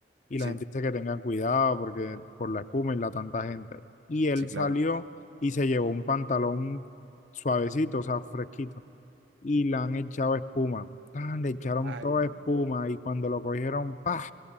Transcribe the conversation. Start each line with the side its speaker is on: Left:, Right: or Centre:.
Left: y
Right: sí,
Left: la gente dice que tengan cuidado porque por la espuma y la tanta gente. Y él
Right: sí, claro.
Left: salió y se llevó un pantalón suavecito, o sea, fresquito, y le han echado espuma. Tan, le echaron
Right: Ay,
Left: toda
Right: amo.
Left: espuma y cuando lo cogieron, ¡pah!